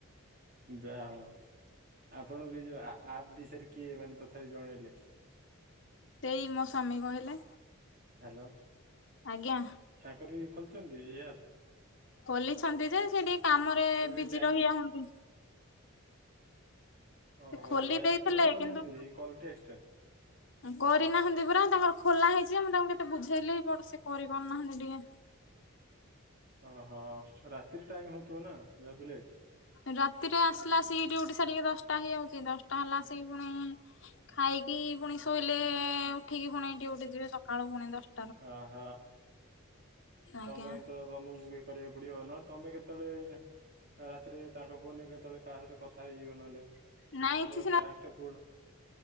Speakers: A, on the right; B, on the left.
A: ଯାହା ହଉ ଆପଣଙ୍କୁ ଏ ଯୋଉ ଆପ୍ ବିଷୟରେ କିଏ ମାନେ ତଥାପି ଜଣେଇଲେ।
B: ସେଇ ମୋ ସ୍ୱାମୀ କହିଲେ।
A: ହ୍ୟାଲୋ
B: ଆଜ୍ଞା।
A: ତାଙ୍କର ବି ଖୋଲିଛନ୍ତି ଏ ଆପ?
B: ଖୋଲିଛନ୍ତି ଯେ ସେଠି କାମରେ ବିଜି
A: ଏଇ ଟ୍ୟାକ୍ସ
B: ରହି ଯାଆନ୍ତି।
A: ଓହୋ
B: ସେ ଖୋଲି
A: ଟ୍ୟାକ୍ସ
B: ଦେଇଥିଲେ
A: ପୂରଣ କରିନାହାନ୍ତି
B: କିନ୍ତୁ
A: ଏଇ କଲ୍ ଟ୍ୟାକ୍ସ ଟା
B: କରିନାହାନ୍ତି ପୁରା ତାଙ୍କର ଖୋଲା ହେଇଛି ଯେ ମୁଁ ତାଙ୍କୁ କେତେ ବୁଝେଇଲି ବଟ ସେ କରିପାରୁନାହାନ୍ତି ଟିକେ
A: ଓହୋ ରାତିରେ ଟାଇମ ହଉଥିବ ନା ଯାହା ପିଲେ
B: ରାତିରେ ଆସିଲା ଆସିକି ଡିଉଟି ସାରିକି ଦଶଟା ହେଇଯାଉଛି ଦଶଟା ହେଲା ଆସିକି ପୁଣି ଖାଇକି ପୁଣି ଶୋଇଲେ ଉଠିକି ପୁଣି ଡ୍ୟୁଟି ଯିବେ ସକାଳୁ ପୁଣି ଦଶ
A: ଅହ
B: ଆଜ୍ଞା
A: ତମେ ତ ତମକୁ କିଏ କରିବାକୁ ପଡିବ ନହେଲେ ତମେ କେତେବେଳେ ରାତିରେ ତାଙ୍କ ଫୋନରେ କେତେବେଳେ କାହା ସହିତ କଥା ହେଇଯିବ ନହେଲେ ଟ୍ୟାକ୍ସ
B: ନାଇଁ ଏଠି
A: ଟା ପୂର୍ଣ୍ଣ